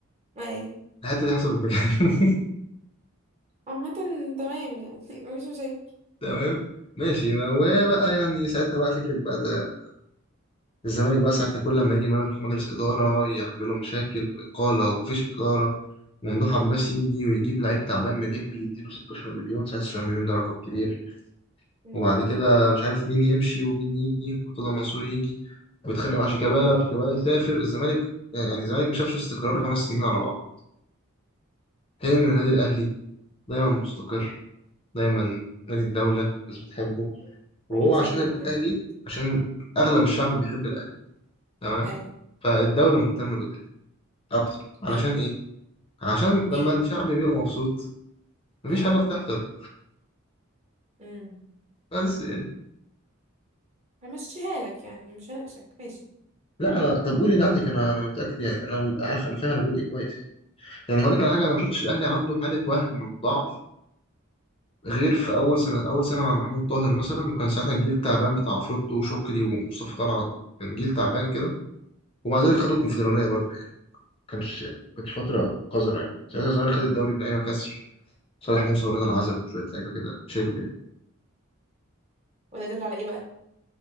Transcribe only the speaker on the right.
ما ايه
عامة تمام يعني <laughs> مفيش مشاكل
امم
شكلك شايل
جواك كده.
ايوه
ايوه
ايه
ايوه
امم
همشيها لك يعني مش هناقشك ماشي
امم
وده يدل على ايه بقى